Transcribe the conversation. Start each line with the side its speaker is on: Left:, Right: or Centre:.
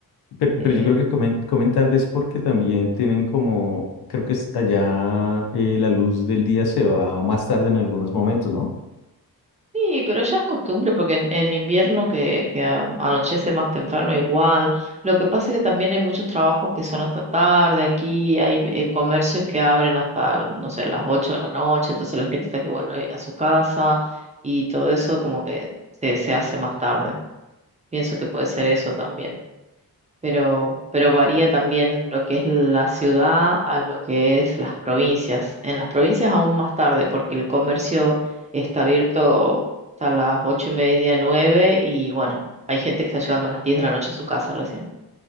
Left: Pero,
Right: eh,
Left: pero yo creo que comen, comen tarde es porque también tienen como, creo que es allá eh, la luz del día se va más tarde en algunos momentos, ¿no?
Right: Sí, pero ya es costumbre porque en, en invierno que, que a- anochece más temprano igual. Lo que pasa es que también hay muchos trabajos que son hasta tarde. Aquí hay eh, comercios que abren hasta, no sé, las 8 de la noche, entonces la gente está que vuelve a su casa y todo eso como que se, se hace más tarde. Pienso que puede ser eso también pero, pero varía también lo que es la ciudad a lo que es las provincias. En las provincias aún más tarde, porque el comercio está abierto hasta las ocho y media, nueve, y bueno, hay gente que está llegando a las diez de la noche a su casa recién.